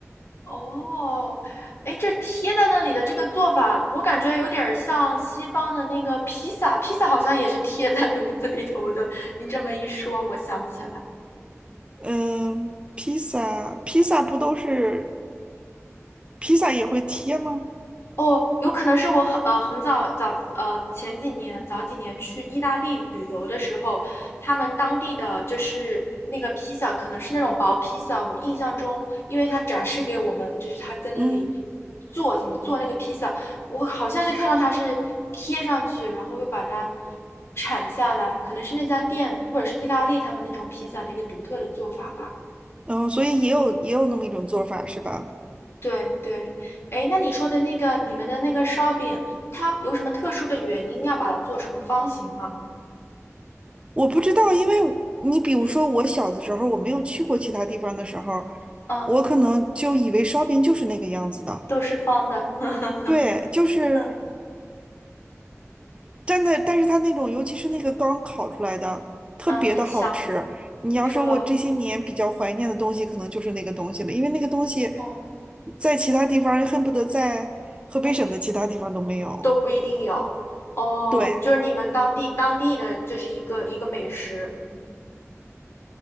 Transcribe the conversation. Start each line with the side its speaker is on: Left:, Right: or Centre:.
Left: 哦，哎，这贴在那里的这个做法，我感觉有点儿像西方的那个披萨，披萨好像也是贴在炉子里头的。你这么一说，我想起来。
Right: 嗯，披萨披萨不都是披萨也会贴吗？
Left: 哦，有可能是我很呃很早早呃前几年早几年去意大利旅游的时候，他们当地的就是那个披萨，可能是那种薄披萨。我印象中，因为他展示给我们，就是他在那里
Right: 嗯
Left: 做怎么做那个披萨，我好像就看到他是贴上去，然后又把它铲下来，可能是那家店或者是意大利他们那种披萨的一个独特的做法吧。
Right: 嗯，所以也有也有那么一种做法是吧？
Left: 嗯。对对，哎，那你说的那个你们的那个烧饼，它有什么特殊的原因要把它做成方形吗？
Right: 我不知道，因为你比如说我小的时候，
Left: 嗯
Right: 我没有去过其他地方的时候，
Left: 嗯，
Right: 我可能就以为烧饼就是那个样子的。
Left: 都是方的，<laughs>
Right: 对，就是
Left: 嗯
Right: 真的，但是它那种，尤其是那个刚烤出来的，特别的好吃。
Left: 嗯，很香，
Right: 你要说我这些年比较怀念的东西，
Left: 是吧？
Right: 可能就是那个东西了，因为那个东西
Left: 嗯
Right: 在其他地方恨不得在河北省的其他地方都没有。
Left: 嗯，都不一定有哦，
Right: 对，
Left: 就是你们当地当地的就是一个一个美食，